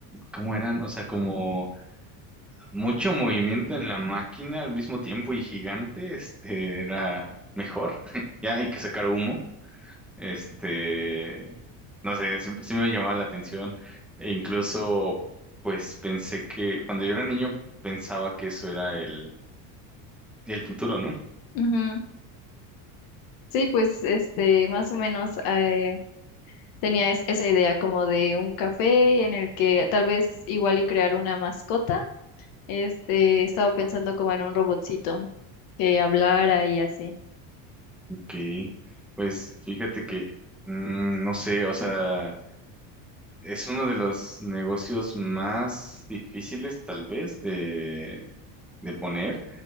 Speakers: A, in the centre; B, on the left.
A: ¿cómo eran? O sea, como mucho movimiento en la máquina al mismo tiempo y gigante, este, era mejor. <laughs> Ya hay que sacar humo. Este, no sé, sí, sí me llamaba la atención e incluso pues pensé que cuando yo era niño pensaba que eso era el, el futuro, ¿no?
B: ujú. Sí, pues, este, más o menos. eh, Tenía es- esa idea como de un café en el que tal vez igual y crear una mascota. Este, estaba pensando como en un robotcito que hablara y así.
A: Que pues fíjate que mm, no sé, o sea, es uno de los negocios más difíciles tal vez de, de poner.